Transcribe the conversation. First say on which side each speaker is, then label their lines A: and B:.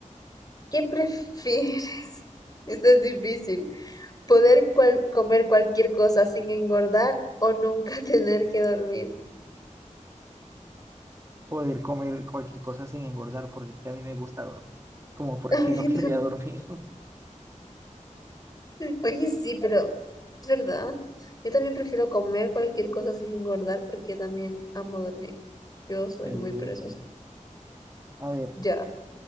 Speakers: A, on the left; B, on the right.
A: ¿Qué prefieres? <laughs> Esto es difícil. ¿Poder cual- comer cualquier cosa sin engordar o nunca <laughs> tener que dormir?
B: Poder comer cualquier cosa sin engordar porque es que a mí me gusta dormir. Como porque
A: <laughs> A mí
B: no querría
A: también.
B: dormir.
A: Oye, sí, pero es verdad. Yo también prefiero comer cualquier cosa sin engordar porque también amo dormir. Yo soy
B: Eh,
A: muy perezosa.
B: a ver,
A: Ya.